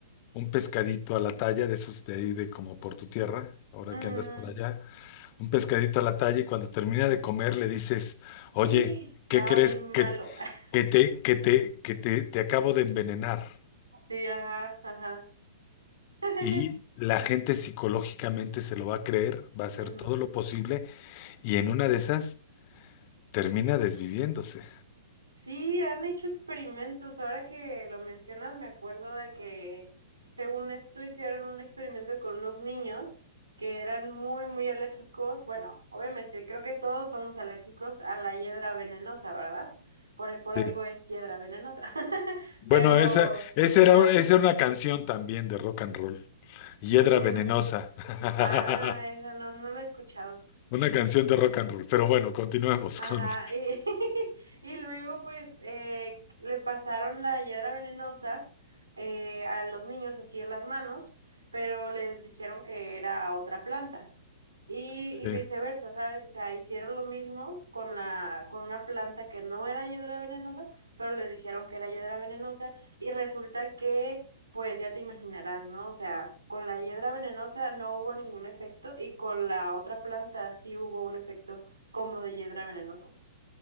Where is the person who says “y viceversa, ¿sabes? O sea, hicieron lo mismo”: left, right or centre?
Right